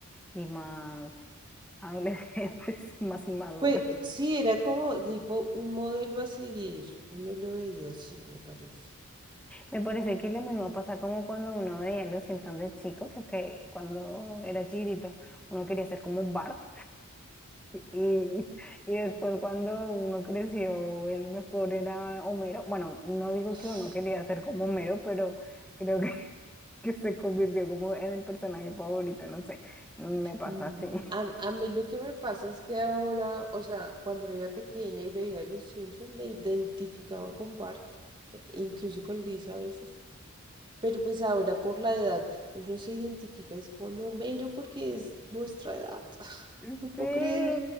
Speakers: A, in the centre; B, on the right (about 20°).
A: y más adolescentes, <laughs> más inmaduros.
B: pues sí, era como tipo un modelo a seguir. Uno lo veía así, me parece.
A: Me parece que lo mismo pasa como cuando uno veía Los Simpsons de chico, que, que cuando era chiquitito uno quería ser como Bart Y, y después cuando uno creció, el mejor era Homero. Bueno, no digo
B: <laughs>
A: que uno quería ser como Homero, pero creo que, <laughs> que se convirtió como en el personaje favorito, no sé, me pasa
B: Mm,
A: así.
B: A, a mí lo que me pasa es que ahora, o sea, cuando era pequeña y veía Los Simpson, me identificaba con Bart, o sea, incluso con Lisa a veces. Pero pues ahora por la edad, uno se identifica es con Homero porque es nuestra edad. <laughs>
A: <laughs>
B: No puedo
A: Sí,
B: creer,